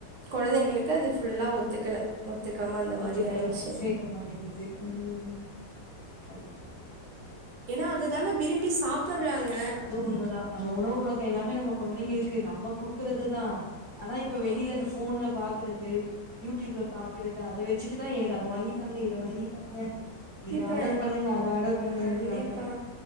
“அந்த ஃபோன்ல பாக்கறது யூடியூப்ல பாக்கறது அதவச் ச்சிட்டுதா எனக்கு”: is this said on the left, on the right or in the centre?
Left